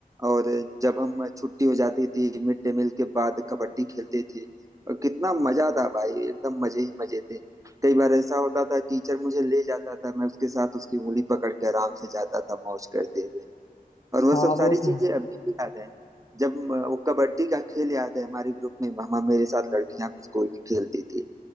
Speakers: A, on the right; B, on the left.
A: और जब हम छुट्टी हो जाती थी मिड डे मील के बाद कबड्डी खेलते थे और कितना मजा था भाई एकदम मजे ही मजे थे कई बार ऐसा होता था टीचर मुझे ले जाता था मैं उसके साथ उसकी उंगली पकड़ के आराम से जाता था मौज करते हुए और वह
B: हाँ
A: सब
B: वो
A: सारी
B: तो है
A: चीजें अभी भी याद है जब अ, वो कबड्डी का खेल याद है हमारे ग्रुप में वहां मेरे साथ लड़कियां भी स्कूल की खेलती थी